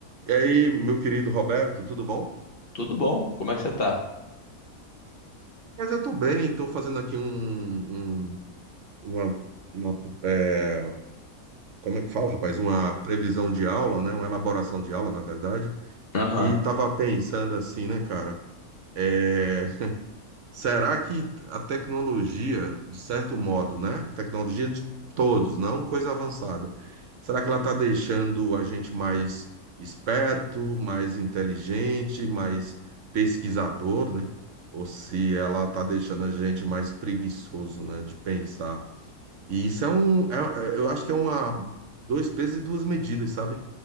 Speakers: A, on the right; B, on the left.
A: E aí, meu querido Roberto, tudo bom?
B: Tudo bom? Como é que você tá?
A: Mas eu tô bem, tô fazendo aqui um, um- uma, uma, é, como é que fala, rapaz? Uma previsão de aula, né? Uma elaboração de aula, na verdade.
B: Aham.
A: E tava pensando assim, né, cara? É, Será que a tecnologia, de certo modo, né? Tecnologia de todos, não coisa avançada. Será que ela está deixando a gente mais esperto, mais inteligente, mais pesquisador, né? Ou se ela está deixando a gente mais preguiçoso, né? De pensar. E isso é um, é- é- eu acho que é uma dois pesos e duas medidas, sabe?